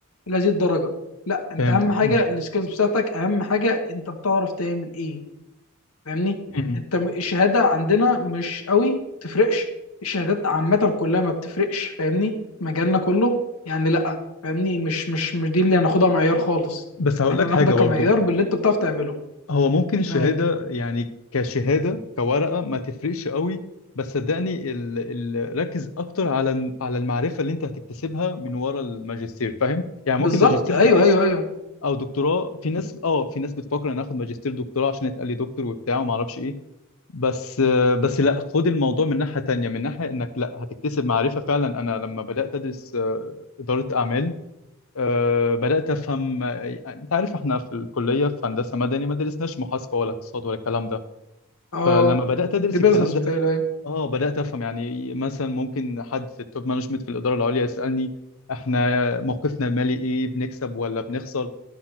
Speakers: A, on the left (about 85°); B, on the left (about 70°).
A: لهذه الدرجه لا انت
B: فهمتك
A: اهم حاجه
B: مم،
A: السكيلز بتاعتك اهم حاجه انت بتعرف تعمل ايه فاهمني
B: مم.
A: انت م- الشهاده عندنا مش قوي تفرقش الشهادات عامه كلها ما بتفرقش فاهمني مجالنا كله يعني لا فاهمني مش مش مش دي اللي هناخدها معيار خالص
B: بس هقول
A: احنا
B: لك
A: هناخدها
B: حاجة برضو
A: كمعيار باللي انت بتعرف تعمله
B: هو ممكن الشهادة
A: معاك
B: يعني كشهادة كورقة ما تفرقش قوي بس صدقني ال... ال... ركز أكتر على على المعرفة اللي أنت هتكتسبها من ورا الماجستير فاهم؟ يعني
A: بالظبط
B: ممكن ماجستير
A: ايوه
B: كاسم
A: ايوه ايوه
B: أو دكتوراه في ناس أه في ناس بتفكر أنا آخد ماجستير دكتوراه عشان يتقال لي دكتور وبتاع وما أعرفش إيه بس بس لا خد الموضوع من ناحية تانية من ناحية إنك لا هتكتسب معرفة فعلا أنا لما بدأت أدرس آه، إدارة أعمال أه بدأت أفهم أنت عارف إحنا في الكلية في هندسة مدني ما درسناش محاسبة ولا اقتصاد ولا الكلام ده
A: اه
B: فلما بدأت أدرس
A: دي بيزنس
B: الكلام ده
A: بتاعي
B: لأ،
A: ايوه
B: آه بدأت أفهم يعني مثلا ممكن حد في التوب مانجمنت في الإدارة العليا يسألني إحنا موقفنا المالي إيه بنكسب ولا بنخسر